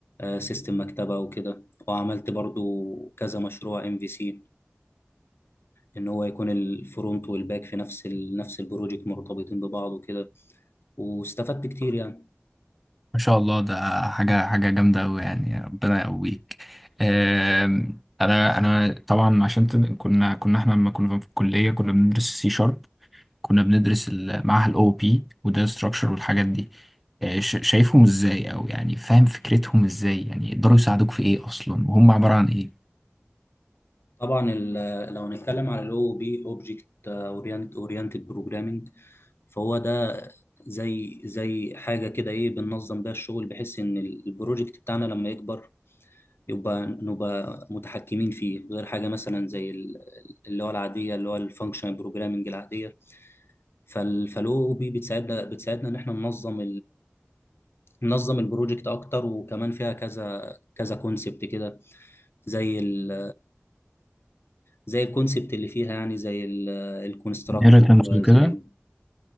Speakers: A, on the left; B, in the centre.
A: سيستم مكتبة وكده وعملت برضو كذا مشروع ام في سي ان هو يكون الفرونت والباك في نفس ال... نفس البروجكت مرتبطين ببعض وكده واستفدت كتير يعني
B: ما شاء الله ده حاجة حاجة جامدة أوي يعني ربنا يقويك آم، أنا أنا طبعا عشان تن- كنا كنا إحنا لما كنا في الكلية كنا بندرس سي شارب كنا بندرس ال- معاها الأو بي وده ستراكشر والحاجات دي آه، ش- شايفهم إزاي أو يعني فاهم فكرتهم إزاي يعني يقدروا يساعدوك في إيه أصلا وهم عبارة عن إيه؟
A: طبعا ال- لو هنتكلم على الاو بي اوبجكت اورينتد بروجرامنج فهو ده زي زي حاجه كده ايه بننظم بيها الشغل بحيث ان البروجكت بتاعنا لما يكبر يبقى نبقى متحكمين فيه غير حاجه مثلا زي ال- اللي هو العاديه اللي هو الفانكشنال بروجرامنج العاديه فالاو بي بتساعدنا بتساعدنا ان احنا ننظم منظم البروجكت اكتر وكمان فيها كذا كذا كونسبت كده زي ال زي الكونسبت اللي فيها يعني زي الكونستراكت
B: inheritance وكده
A: زي ال-